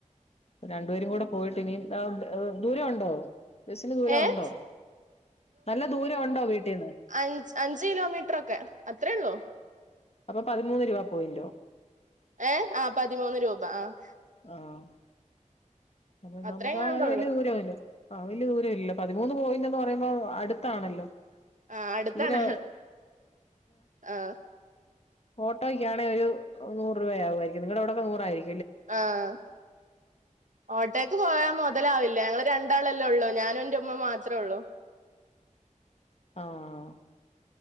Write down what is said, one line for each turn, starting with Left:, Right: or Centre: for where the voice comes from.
Left: രണ്ടുപേരും കൂടെ പോയിട്ട് ഇനിയും ദൂരോണ്ടോ ബസിന് ദൂരവുണ്ടോ
Right: ഏഹ്
Left: നല്ല ദൂരം ഉണ്ടോ വീട്ടീന്ന്
Right: അഞ്ച് അഞ്ച് കിലോമീറ്ററൊക്കെ അത്രേഒള്ളു
Left: അപ്പൊ പതിമൂന്ന് രൂപാ പോയിന്റോ
Right: ഏഹ് ആ പതിമൂന്ന് രൂപ ആഹ്
Left: ആഹ് അപ്പ
Right: അത്രേങ്ങാണ്ടുള്ളൂ
Left: നമുക്ക് ആ വല്ല്യേ ദൂരവില്ല ആഹ് വല്യ ദൂരവില്ല ലോ പതിമൂന്ന് പോയിന്റ്ന്ന് പറയുമ്പോ അ ട്ത്താണല്ലോ
Right: ആഹ് അടുത്താണ്
Left: തീരേ
Right: ആഹ്
Left: ഓട്ടോക്കാണെൽ ഒരു നൂറ് രൂപ യാവു വാരിക്കും നിങ്ങടെ അവടെക്കെ നൂറായിരി
Right: ആഹ് ഓട്ടേക്ക് പോയാ മൊതലാവില്ല ഞങ്ങള് രണ്ടാളെല്ലേ ഒള്ളൂ ഞാനും എന്റെ ഉമ്മ മാത്രള്ളൂ
Left: ആഹ്